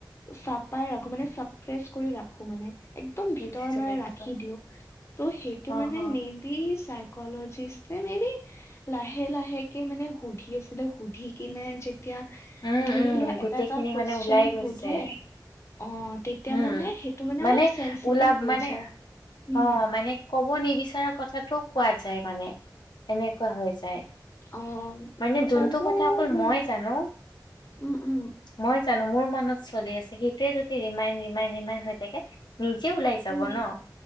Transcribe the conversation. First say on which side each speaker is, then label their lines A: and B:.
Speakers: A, on the left; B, on the left.
A: চাপাই ৰাখো মানে, চাফ্ৰেছ কৰি ৰাখো মানে। একদম
B: বুজিছো
A: ভিতৰত মানে
B: বুজিছো
A: ৰাখি দিওঁ, ত' সেইটো
B: অ
A: মানে
B: হ
A: মেইন কি চাইকলজিষ্ট, মে বি লাহে লাহেকে মানে সুধি আছিলে, সুধি কেনে যে এতিয়া
B: উম
A: ধৰি
B: উম
A: লোৱা,
B: গোটেইখিনি
A: এটা, এটা কুৱেচন
B: মানে ওলাই গৈছে
A: সোধে। অ তেতিয়া
B: উম'
A: মানে সেইটো
B: মানে
A: অলপ চেনচিটিভ
B: ওলাব,
A: হৈ
B: মানে
A: যায় উম
B: অ' মানে ক'ব নিবিচৰা কথাটো কোৱা যায় মানে, এনেকুৱা হৈ যায়।
A: অ'
B: মানে যোনটো
A: ক'ব
B: কথা অকল
A: উম,
B: মই জানো
A: ' উম' উম'।
B: মই জানো মোৰ মনত চলি আছে, সেইটোৱে যদি ৰিমাইন, ৰিমাইন, ৰিমাইন হৈ থাকে। নিজে ওলাই যাব
A: উম
B: ন',